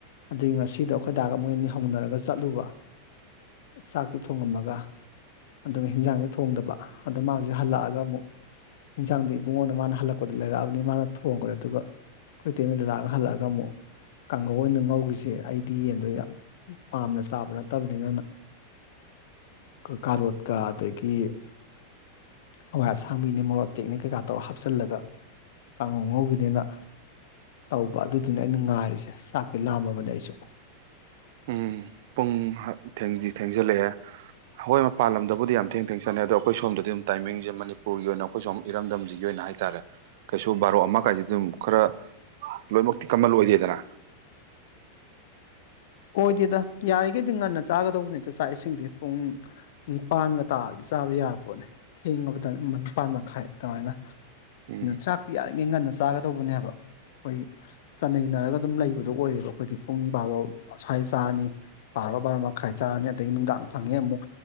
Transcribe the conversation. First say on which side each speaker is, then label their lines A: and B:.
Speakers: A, on the left (about 55°); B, on the right (about 50°).
A: ꯑꯗꯨꯏ ꯉꯁꯤꯗꯣ ꯑꯩꯈꯣꯏꯗꯥꯒ ꯃꯣꯏ ꯑꯅꯤ ꯍꯧꯅꯔꯒ ꯆꯠꯂꯨꯕ ꯆꯥꯛꯇꯣ ꯊꯣꯡꯉꯝꯃꯒ ꯑꯗꯨꯒ ꯍꯤꯟꯖꯥꯡꯁꯦ ꯊꯣꯡꯗꯕ ꯑꯗꯣ ꯃꯥꯁꯦ ꯍꯜꯂꯛꯑꯒ ꯑꯃꯨꯛ ꯌꯦꯟꯖꯥꯡꯗ ꯏꯕꯨꯡꯉꯣꯗ ꯃꯥꯅ ꯍꯜꯂꯛꯄꯗ ꯂꯩꯔꯛꯑꯕꯅꯤꯅ ꯃꯥꯅ ꯊꯣꯡꯈ꯭ꯔꯦ ꯑꯗꯨꯒ ꯑꯩꯈꯣꯏ ꯏꯇꯩꯃꯥ ꯗꯥꯗꯒꯥ ꯍꯜꯂꯛꯑꯒ ꯑꯃꯨꯛ ꯀꯥꯡꯒꯧ ꯑꯣꯏꯅ ꯉꯧꯈꯤꯁꯦ ꯑꯩꯗꯤ ꯌꯦꯟꯗꯣ ꯌꯥꯝ ꯄꯥꯝꯅ ꯆꯥꯕ ꯅꯠꯇꯕꯅꯤꯅꯅ ꯀꯥꯔꯣꯠꯀ ꯑꯗꯒꯤ ꯍꯋꯥꯏ ꯑꯁꯥꯡꯕꯤꯅꯦ ꯃꯣꯔꯣꯛ ꯑꯇꯦꯛꯅꯦ ꯀꯩꯀꯥ ꯇꯧꯔ ꯍꯥꯞꯆꯤꯜꯂꯒ ꯀꯥꯡꯉꯧ ꯉꯧꯈꯤꯅꯦꯅ ꯇꯧꯕ ꯑꯗꯨꯗꯨꯅꯦ ꯑꯩꯅ ꯉꯥꯏꯔꯤꯁꯦ ꯆꯥꯛꯇꯤ ꯂꯥꯝꯃꯕꯅꯦ ꯑꯩꯁꯨ
B: ꯎꯝ ꯄꯨꯡ ꯊꯦꯡꯗꯤ ꯊꯦꯡꯖꯤꯜꯂꯛꯑꯦ ꯍꯣꯏ ꯃꯄꯥꯟ ꯂꯝꯗꯕꯨꯗꯤ ꯌꯥꯝ ꯊꯦꯡ ꯊꯦꯡ ꯆꯅꯩ ꯑꯗꯣ ꯑꯩꯈꯣꯏ ꯁꯣꯝꯗꯗꯤꯝ ꯇꯥꯏꯃꯤꯡꯁꯦ ꯃꯅꯤꯄꯨꯔꯒꯤ ꯑꯣꯏꯅ ꯑꯩꯈꯣꯏ ꯁꯣꯝ ꯏꯔꯝꯗꯝꯁꯤꯒꯤ ꯑꯣꯏꯅ ꯍꯥꯏꯇꯥꯔꯦ ꯀꯩꯁꯨ ꯇꯨ ꯕꯥꯔꯣ ꯑꯃ ꯀꯥꯏꯁꯤꯗꯤ ꯑꯗꯨꯝ ꯈꯔ ꯂꯣꯏꯅꯃꯛꯇꯤ ꯀꯃꯟ ꯑꯣꯏꯗꯦꯗꯅ
A: ꯑꯣꯏꯗꯦꯗ ꯌꯥꯔꯤꯈꯩꯗꯤ ꯉꯟꯅ ꯆꯥꯒꯗꯧꯕꯅꯤꯗ ꯆꯥꯛ ꯏꯁꯤꯡꯗꯤ ꯄꯨꯡ ꯅꯤꯄꯥꯟꯒ ꯇꯥꯔꯗꯤ ꯆꯥꯕ ꯌꯥꯔ ꯄꯣꯠꯅꯦ ꯊꯦꯡꯉꯕꯗ ꯅꯤꯄꯥꯜ ꯃꯈꯥꯏ ꯑꯗꯨꯃꯥꯏꯅ
B: ꯎꯝ
A: ꯆꯥꯛꯇꯤ ꯌꯥꯔꯤꯉꯩ ꯉꯟꯅ ꯆꯥꯒꯗꯧꯕꯅꯦ ꯍꯥꯢꯕ ꯑꯩꯈꯣꯏꯒꯤ ꯆꯠꯟꯅꯩꯅꯔꯒ ꯑꯗꯨꯝ ꯂꯩꯕꯗꯣ ꯑꯣꯏꯔꯦꯕ ꯑꯩꯈꯣꯏꯗꯤ ꯄꯨꯡ ꯕꯥꯔꯣ ꯑꯁ꯭ꯋꯥꯏ ꯆꯥꯔꯅꯤ ꯄꯥꯔꯣ ꯕꯥꯔꯣ ꯃꯈꯥꯏ ꯆꯥꯔꯅꯤ ꯑꯗꯒꯤ ꯅꯨꯡꯗꯥꯡ ꯐꯪꯉꯦ ꯑꯃꯨꯛ